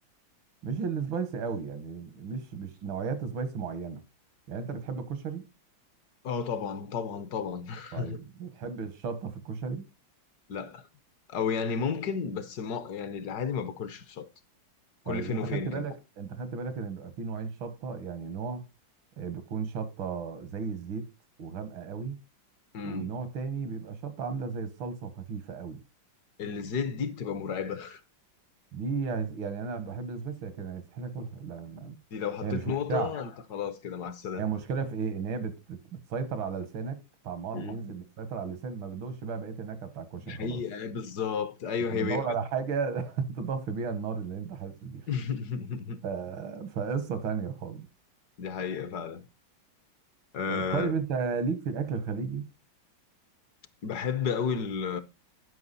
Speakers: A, on the right; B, on the left.
A: مش السبايسي قوي يعني مش مش نوعيات سبايسي معينه يعني انت بتحب الكشري
B: اه طبعا طبعا طبعا <laughs>
A: طيب بتحب الشطه في الكشري
B: لا او يعني ممكن بس ما يعني العادي ما باكلش بشطه
A: طيب
B: كل فين
A: انت
B: اه وفين
A: خدت بالك
B: كده
A: انت خدت بالك ان بيبقى في نوعين شطه يعني نوع آه، بيكون شطه زي الزيت وغامقه قوي
B: امم
A: ونوع تاني بيبقى شطه عامله زي الصلصه وخفيفه قوي
B: الزيت دي بتبقى مرعبه
A: دي يعني انا بحب السبايسي لكن يستحيل اكلها لان
B: دي لو حطيت
A: هي مش
B: نقطه
A: ممتعه
B: انت خلاص كده مع السلامه
A: هي المشكله في ايه ان هي بت بت بتسيطر على لسانك طعمها
B: آه.
A: بينزل بتسيطر على اللسان ما بتدوقش بقى بقيه النكهه بتاع الكشري
B: دي حقيقه
A: خلاص
B: آه، بالظبط ايوه
A: أنت
B: هي
A: بتدوّر
B: هي.
A: على حاجة <laughs> تطفّي بيها النار اللي أنت حاسس بيها،
B: <laughs>
A: ف فقصّة تانية خالص.
B: دي حقيقه فعلا أه
A: آآ طيب أنت ليك في الأكل الخليجي؟
B: بحب قوي ال